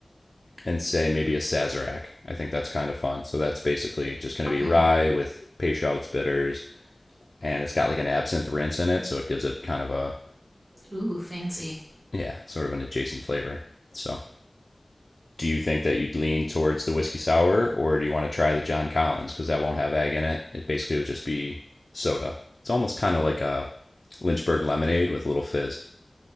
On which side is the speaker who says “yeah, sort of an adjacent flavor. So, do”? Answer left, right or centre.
Left